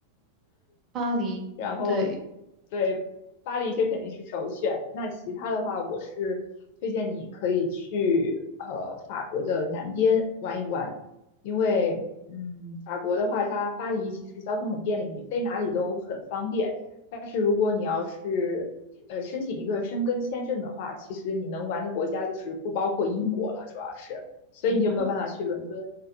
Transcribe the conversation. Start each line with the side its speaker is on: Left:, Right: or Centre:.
Right: 巴黎，
Left: 然后
Right: 对，
Left: 对巴黎这肯定是首选。那其他的话，我是推荐你可以去呃法国的南边玩一玩，因为嗯法国的话，它巴黎其实交通很便利，你飞哪里都很方便。但是如果你要是呃申请一个申根签证的话，其实你能玩的国家就是不包括英国了，主要是，所以你就没有办法去伦敦。
Right: 嗯哼，